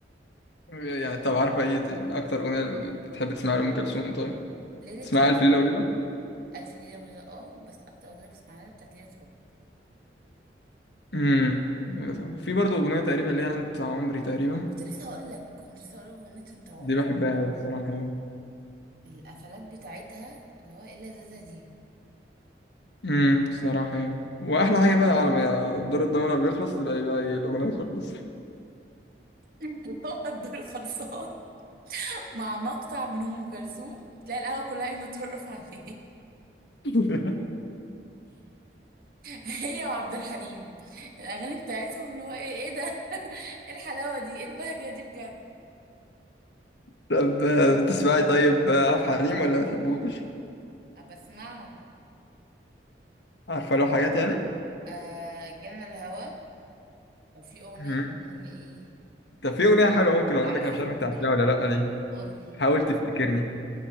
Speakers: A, on the left; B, on the right.
A: يعني طب عارفة إيه أكتر أغنية بتحب تسمعها لأم كلثوم طيب؟
B: ليلة
A: تسمعها ألف ليلة وليلة؟
B: ألف ليلة وليلة اه بس أكتر أغنية بسمعها لها بتاعت ليلة حب
A: امم في برضه أغنية تقريبا اللي هي أنت عمري تقريبا
B: آه، كنت لسه هقول لك كنت لسه هقول لك أغنية أنت عمري
A: دي بحبها
B: فظيعة
A: أوي الصراحة يعني
B: القفلات بتاعتها اللي هو إيه اللذاذة دي
A: امم صراحة يعني واحلى حاجة بقى على ما دور الضمنة بيخلص تلاقي بقى ايه الأغنية خلصت
B: <laughs> اللي هو الدور خلصان مع مقطع من أم كلثوم تلاقي القهوة كلها قايمة ترقص عليه <laughs>
A: <laughs>
B: هي وعبد الحليم الأغاني بتاعتهم اللي هو إيه إيه ده <laughs> إيه الحلاوة دي إيه البهجة دي بجد
A: طب آه، بتسمعي طيب آه، عبد الحليم ولا ما بتحبوش؟
B: بسمعه
A: عارفة له حاجات يعني؟
B: آه جنى الهوى وفي أغنية
A: امم
B: اللي هي إيه
A: طب في أغنية حلوة ممكن أقول
B: على
A: لك
B: حزب
A: أنا مش عارف
B: الوداد
A: أنت عارفها ولا لأ دي
B: قولي
A: حاول تفتكرني